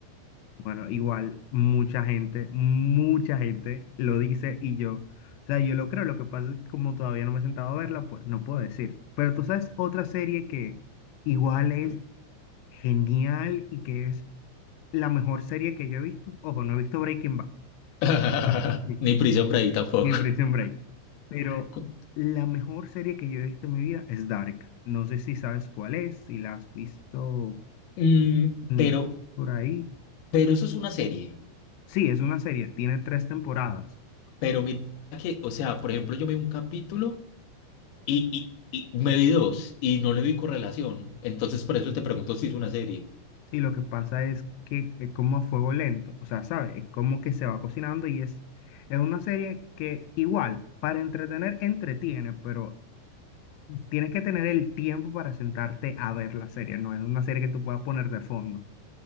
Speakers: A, on the left; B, on the left.
A: Bueno, igual mucha gente, mucha gente lo dice y yo, o sea, yo lo creo, lo que pasa es que como todavía no me he sentado a verla, pues no puedo decir. Pero tú sabes otra serie que igual es genial y que es la mejor serie que yo he visto. Ojo, no he visto Breaking Bad.
B: <laughs>
A: <laughs>
B: Ni Prison Break tampoco.
A: ni Prison Break. Pero
B: Cu-
A: la mejor serie que yo he visto en mi vida es Dark. No sé si sabes cuál es, si la has visto
B: mm,
A: mm,
B: pero,
A: por ahí.
B: pero eso es una serie.
A: Sí, es una serie, tiene tres temporadas.
B: Pero mira que, o sea, por ejemplo, yo me vi un capítulo y, y, y me vi dos y no le vi correlación. Entonces, por eso te pregunto si es una serie
A: Sí, lo que pasa es que es como a fuego lento, o sea, ¿sabes? Es como que se va cocinando y es, es una serie que igual, para entretener, entretiene, pero tienes que tener el tiempo para sentarte a ver la serie. No es una serie que tú puedas poner de fondo.